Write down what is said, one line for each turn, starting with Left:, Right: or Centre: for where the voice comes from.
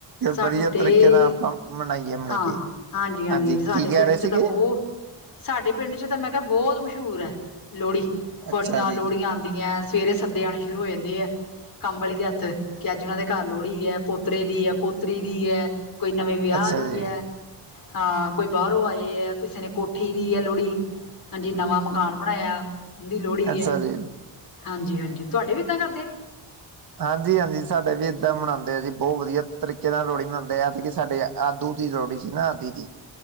Left: ਸਾਡੇ
Right: ਵਧੀਆ ਤਰੀਕੇ ਨਾਲ ਆਪਾਂ ਮਨਾਈਏ।
Left: ਹਾਂ
Right: ਮੁਣਈਏ
Left: ਹਾਂਜੀ ਹਾਂਜੀ ਹਾਂ ਸਾਡੇ
Right: ਕੀ ਕਹਿ
Left: ਪਿੰਡ
Right: ਰਹੇ
Left: ਚ
Right: ਸੀਗੇ
Left: ਤਾਂ ਬਹੁਤ ਸਾਡੇ ਪਿੰਡ ਚ ਤਾਂ ਮੈਂ ਕਿਹਾ ਬਹੁਤ ਮਸ਼ਹੂਰ ਹੈ ਲੋਹੜੀ ਬੜੀਆਂ
Right: ਅੱਛਾ ਜੀ।
Left: ਲੋਹੜੀਆਂ ਆਂ ਦੀਆਂ ਸਵੇਰੇ ਸੱਦੇ ਆਉਣੇ ਸ਼ੁਰੂ ਹੋ ਜਾਂਦੇ ਆ ਕੰਮ ਵਾਲੀ ਦੇ ਹੱਥ ਵੀ ਕਿ ਅੱਜ ਉਹਨਾਂ ਦੇ ਘਰ ਲੋਹੜੀ ਹੈ ਪੋਤਰੇ ਦੀ ਹੈ ਪੋਤਰੀ ਦੀ ਹੈ ਕੋਈ ਨਵੇਂ ਵਿਆਹ
Right: ਅੱਛਾ
Left: ਦੀ
Right: ਜੀ,
Left: ਹੈ। ਹਾਂ ਕੋਈ ਬਾਹਰੋਂ ਆਏ ਹੈ ਕਿਸੇ ਨੇ ਕੋਠੀ ਦੀ ਹੈ ਲੋਹੜੀ। ਹਾਂਜੀ ਨਵਾਂ ਮਕਾਨ ਬਣਾਇਆ ਉਹਦੀ ਲੋਹੜੀ
Right: ਅੱਛਾ
Left: ਹੈ
Right: ਜੀ।
Left: ਹਾਂਜੀ ਹਾਂਜੀ ਤੁਹਾਡੇ ਵੀ ਏਦਾਂ ਕਰਦੇ।
Right: ਹਾਂਜੀ ਹਾਂਜੀ ਸਾਡੇ ਵੀ ਇੱਦਾਂ ਮਨਾਉਂਦੇ ਆ ਜੀ ਬਹੁਤ ਵਧੀਆ ਤਰੀਕੇ ਨਾਲ ਲੋਹੜੀ ਮਨਾਉਂਦੇ ਐਤਕੀ ਸਾਡੇ ਆ ਆਦੂ ਦੀ ਲੋਹੜੀ ਸੀ ਨਾ ਆਦੀ ਦੀ।